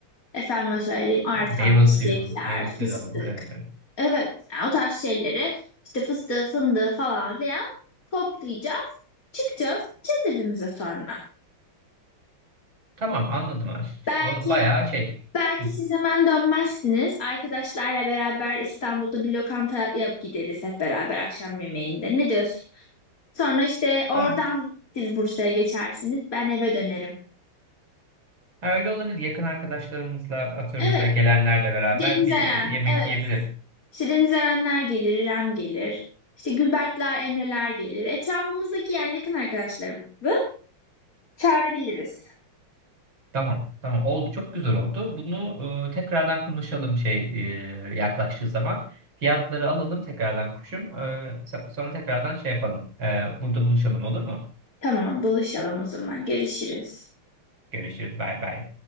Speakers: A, on the left (about 40°); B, on the right (about 65°).
A: efendim söyleyeyim artan
B: E, Meyve
A: içecekler,
B: suyu. Meyve
A: fıstık.
B: suyu da alıyor. Evet, evet.
A: Evet yani o tarz şeyleri işte fıstığı, fındığı falan filan toplayacağız. Çıkacağız, gideceğiz evimize sonra.
B: Tamam anladım aşkım.
A: Belki
B: O bayağı şey.
A: Belki
B: Hı.
A: siz hemen dönmezsiniz. Arkadaşlarla beraber İstanbul'da bir lokanta yap gideriz hep beraber akşam yemeğinde. Ne diyorsun? Sonra işte oradan
B: Ha,
A: siz Bursa'ya geçersiniz. Ben eve dönerim.
B: ha, öyle olabilir. Yakın arkadaşlarımızla atıyorum
A: Evet.
B: mesela gelenlerle beraber
A: Deniz
B: bir
A: Eren.
B: e, yemek
A: Evet.
B: yiyebiliriz.
A: İşte Deniz Erenler gelir, İrem gelir. İşte Gülberkler, Emreler gelir. Etrafımızdaki yani yakın arkadaşlarımızı çağırabiliriz.
B: Tamam. Tamam oldu. Çok güzel oldu. Bunu e, tekrardan konuşalım şey e, yaklaştığı zaman. Fiyatları alalım tekrardan kuşum. E, so- sonra tekrardan şey yapalım. E, burada buluşalım olur mu?
A: Tamam, buluşalım o zaman. Görüşürüz.
B: Görüşürüz. Bay bay.